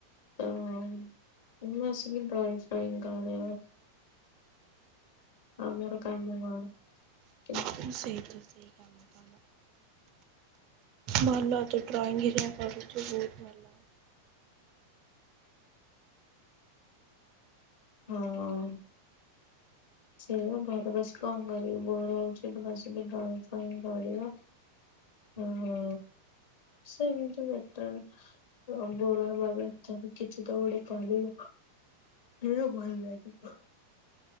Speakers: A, on the left; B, on the right.
A: ହଁ ମୁଁ ସେମିତ ଡ୍ରଇଁ ଫ୍ରଇଁ କରେ। ଆମର କାମ କଣ
B: ତ ସେଇ ତ ସେଇ କାମ। ଭଲ ତୁ ଡ୍ରଇଂ କରୁ ବହୁତ ଭଲ।
A: ହଁ ସେଇଆ ଘରେ ବସି କଣ କରିବି, ବୋର ହଉଛି, ବସିକି ଡ୍ରଇଁ ଫ୍ରଇଁ କରିବା। ହ ସେମତି ବେଟର। ହଁ ବୋର ହବା ଅପେକ୍ଷା କିଛି ତ ଗୋଟେ କରିବ। ଇଏ ଭଲ ଲାଗିବ।